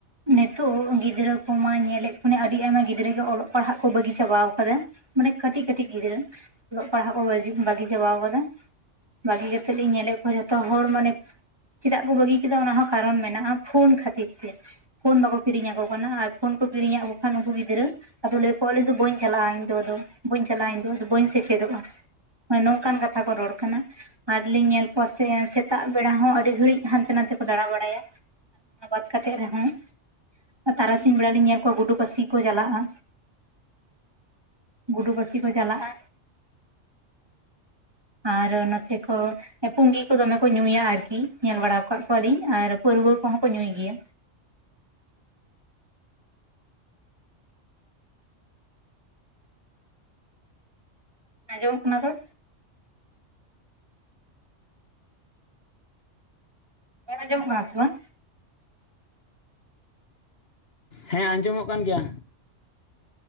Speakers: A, on the right; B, on the left.
A: ᱱᱤᱛᱳᱜ ᱜᱤᱫᱽᱨᱟᱹ ᱠᱚᱢᱟ ᱧᱮᱞᱮᱫ ᱠᱷᱚᱱᱤᱧ ᱟᱹᱰᱤ ᱟᱭᱢᱟ ᱜᱤᱫᱽᱨᱟᱹ ᱜᱮ, ᱚᱞᱚᱜ ᱯᱟᱲᱦᱟᱜ ᱠᱚ ᱵᱟᱹᱜᱤ ᱪᱟᱵᱟᱣ ᱟᱠᱟᱫᱟ᱾ ᱢᱟᱱᱮ ᱠᱟᱹᱴᱤᱡ ᱠᱟᱹᱴᱤᱡ, ᱜᱤᱫᱽᱨᱟᱹ ᱚᱞᱚᱜ ᱯᱟᱲᱦᱟᱜ ᱠᱚ ᱵᱟᱹᱜᱤ ᱵᱟᱹᱜᱤ ᱪᱟᱵᱟᱣ ᱠᱟᱫᱟ᱾ ᱵᱟᱹᱜᱤ ᱠᱟᱛᱮᱫ ᱞᱤᱧ ᱧᱮᱞᱮᱫ ᱠᱚᱣᱟ ᱡᱷᱚᱛᱚ ᱦᱚᱲ ᱢᱟᱱᱮ ᱪᱮᱫᱟᱜ ᱠᱚ ᱵᱟᱹᱜᱤ ᱠᱮᱫᱟ ᱚᱱᱟ ᱦᱚᱸ ᱠᱟᱨᱚᱱ ᱢᱮᱱᱟᱜᱼᱟ᱾ ᱯᱷᱳᱱ ᱠᱷᱟᱹᱛᱤᱨ ᱛᱮ ᱯᱷᱳᱱ ᱵᱟᱠᱚ ᱠᱤᱨᱤᱧ ᱟᱠᱚ ᱠᱟᱱᱟ, ᱟᱨ ᱯᱷᱳᱱ ᱠᱚ ᱠᱤᱨᱤᱧᱟᱫ ᱠᱚ ᱠᱷᱟᱱ ᱩᱱᱠᱩ ᱜᱤᱫᱽᱨᱟᱹ ᱟᱫᱚ ᱞᱟᱹᱭᱟ ᱠᱚ ᱟᱞᱮ ᱫᱚ ᱵᱟᱹᱧ ᱪᱟᱞᱟᱜᱼᱟ᱾ ᱤᱧ ᱫᱚ ᱟᱫᱚ ᱵᱟᱹᱧ ᱪᱟᱞᱟᱜᱼᱟ᱾ ᱤᱧ ᱫᱚ ᱟᱫᱚ ᱵᱟᱹᱧ ᱥᱮᱪᱮᱫᱚᱜᱼᱟ᱾ ᱱᱚᱝᱠᱟᱱ ᱠᱟᱛᱷᱟ ᱠᱚ ᱨᱚᱲ ᱠᱟᱱᱟ᱾ ᱟᱨ ᱞᱤᱧ ᱧᱮᱞ ᱠᱚᱣᱟ ᱥᱮ ᱥᱮᱛᱟᱜ ᱵᱮᱲᱟ ᱦᱚᱸ ᱟᱹᱰᱤ ᱜᱷᱟᱹᱲᱤᱡ ᱦᱟᱱᱛᱮ ᱱᱟᱛᱮ ᱠᱚ ᱫᱟᱸᱲᱟ ᱵᱟᱲᱟᱭᱟ᱾ ᱚᱱᱟ ᱵᱟᱫ ᱠᱟᱛᱮᱜ ᱨᱮᱦᱚᱸ ᱛᱟᱨᱟᱥᱤᱧ ᱵᱮᱲᱟ ᱞᱤᱧ ᱧᱮᱞ ᱠᱚᱣᱟ ᱜᱩᱰᱩ ᱯᱟᱥᱤ ᱠᱚ ᱪᱟᱞᱟᱜᱼᱟ᱾ ᱜᱩᱰᱩ ᱯᱟᱹᱥᱤ ᱠᱚ ᱪᱟᱞᱟᱜᱼᱟ
B: <inaudible>
A: ᱟᱨᱚ ᱱᱚᱛᱮ ᱠᱚ ᱯᱩᱸᱜᱤ ᱠᱚ ᱫᱚᱢᱮ ᱠᱚ ᱧᱩᱭᱟ ᱟᱨᱠᱤ ᱧᱮᱞ ᱵᱟᱲᱟ ᱟᱠᱟᱜ ᱠᱚᱣᱟᱞᱤᱧ ᱟᱨ ᱯᱟᱹᱨᱣᱟᱹ ᱠᱚᱦᱚᱸ ᱠᱚ ᱧᱩᱭ ᱜᱮᱭᱟ᱾ ᱟᱸᱡᱚᱢ ᱠᱟᱱᱟ ᱨᱚᱲ ᱵᱟᱝ ᱟᱸᱡᱚᱢᱚᱜ ᱠᱟᱱᱟ ᱥᱮ ᱵᱟᱝ?
B: ᱦᱮᱸ ᱟᱸᱡᱚᱢᱚᱜ ᱠᱟᱱ ᱜᱮᱭᱟ᱾